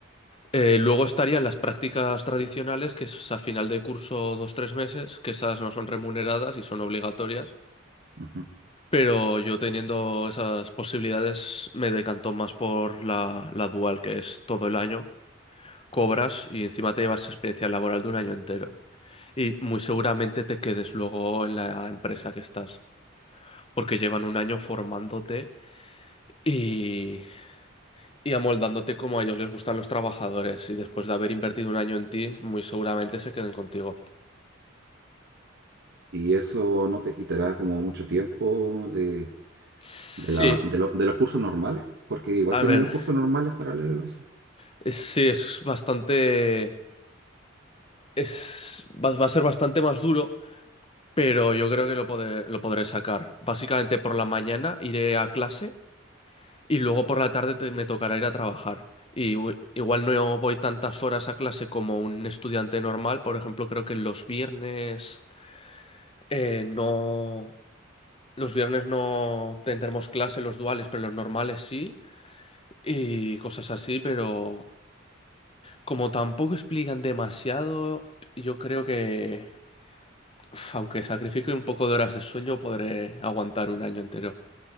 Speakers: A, on the left; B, on the right.
A: Eh, luego estarían las prácticas tradicionales, que es a final de curso dos tres meses, que esas no son remuneradas y son obligatorias.
B: Ujú.
A: Pero yo teniendo esas posibilidades me decanto más por la, la dual, que es todo el año, cobras y encima te llevas experiencia laboral de un año entero. Y muy seguramente te quedes luego en la empresa que estás, porque llevan un año formándote y, y amoldándote como a ellos les gustan los trabajadores. Y después de haber invertido un año en ti, muy seguramente se queden contigo.
B: ¿Y eso no te quitará como mucho tiempo de,
A: Sí,
B: de la- de lo- de los cursos normales? Porque igual
A: a
B: tienes
A: ver,
B: los cursos normales paralelos a eso.
A: es- sí, es bastante, es, va, va a ser bastante más duro, pero yo creo que lo podré, lo podré sacar. Básicamente por la mañana iré a clase y luego por la tarde te- me tocará ir a trabajar. Y u- igual no voy tantas horas a clase como un estudiante normal, por ejemplo, creo que los viernes eh, no, los viernes no tendremos clase los duales, pero los normales sí y cosas así, pero Como tampoco explican demasiado, yo creo que, uf, aunque sacrifique un poco de horas de sueño, podré aguantar un año entero.